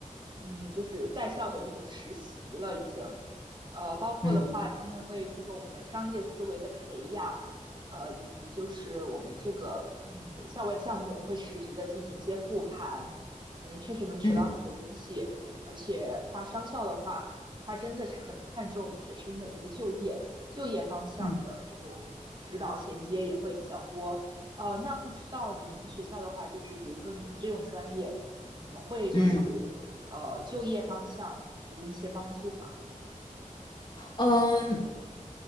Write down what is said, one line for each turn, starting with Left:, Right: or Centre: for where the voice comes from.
Right: 嗯，就是在校的一种实习了，已经。呃，包括的话，
Left: 嗯。
Right: 他们会注重我们商业思维的培养，呃，以及就是我们这个嗯校外项目会实时的进行一些复盘，我们确实能学到很多东西。
Left: 嗯
Right: 而且它商校的话，它真的是很看重学生的这个就业，就业方向的这种指导衔接也会比较多。
Left: 嗯
Right: 呃，那不知道你们学校的话，就是比如说你们这种专业，嗯，会就是呃就业方向提供一些帮助嘛。
Left: 嗯，嗯。